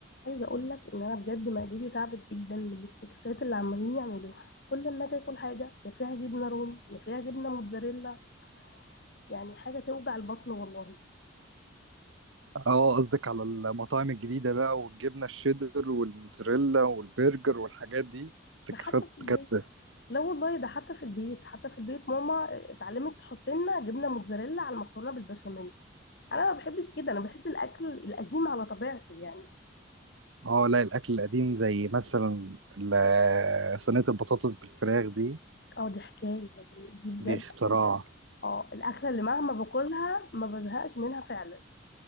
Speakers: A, on the left; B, on the right.
A: عايزه اقول لك ان انا بجد معدتي تعبت جدا من الافتكاسات اللي عمالين يعملوها كل ما اجي اكل حاجه يا فيها جبنه رومي يا فيها جبنه موتزاريلا يعني حاجه توجع البطن والله
B: اه قصدك على المطاعم الجديدة بقى والجبنة الشيدر والموتزاريلا والبرجر والحاجات دي افتكاسات
A: ده حتى في
B: بجد
A: البيت لا والله ده حتى في البيت حتى في البيت ماما اتعلمت تحط لنا جبنه موتزاريلا على المكرونه بالبشاميل انا ما بحبش كده انا بحب الاكل القديم على طبيعته يعني
B: اه لا الأكل القديم زي مثلا ال- صينية البطاطس بالفراخ دي
A: اه دي حكايه يعني دي بجد
B: دي اختراع
A: اه الاكله اللي مهما باكلها ما بزهقش منها فعلا